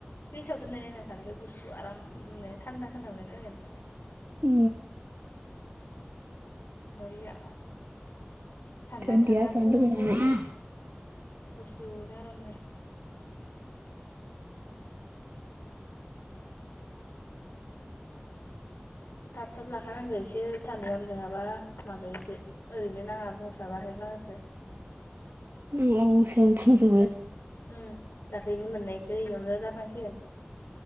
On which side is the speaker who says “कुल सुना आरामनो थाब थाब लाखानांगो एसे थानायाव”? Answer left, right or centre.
Left